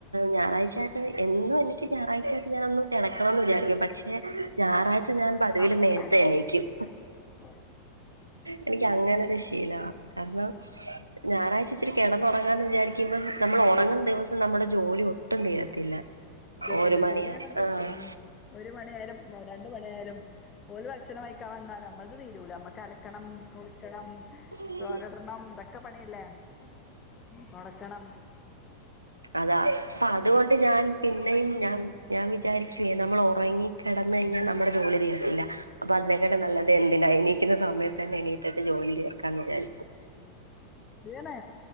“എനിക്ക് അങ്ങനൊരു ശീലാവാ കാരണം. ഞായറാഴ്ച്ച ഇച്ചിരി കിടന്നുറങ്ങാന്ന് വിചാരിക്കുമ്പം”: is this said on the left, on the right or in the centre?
Right